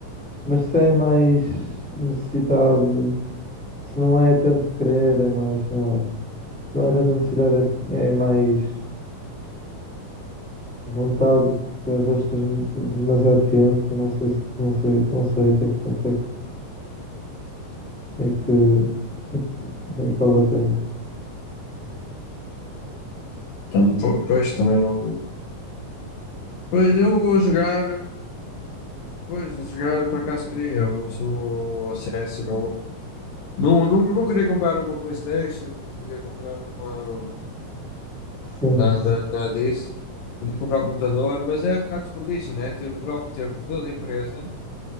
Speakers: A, in the centre; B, on the left.
A: Mas se é mais necessidade, se não é tanto querer, é mais, sei lá. Se não é tanta necessidade, é, é mais. vontade, porque às vezes tens mu- demasiado tempo, não sei se, não sei, não sei até que ponto é que é que, é que é que vale a pena.
B: Tam- po- Pois, também não. Pois eu vou jogar, pois, vou jogar por acaso queria, eu sou CSGO. Não, não, não queria comprar uma PlayStation, não queria comprar uma.
A: Sim,
B: Nada, nada disso. Podia comprar um computador, mas é um bocado desperdício, né? Ter o, pró- ter o computador da empresa,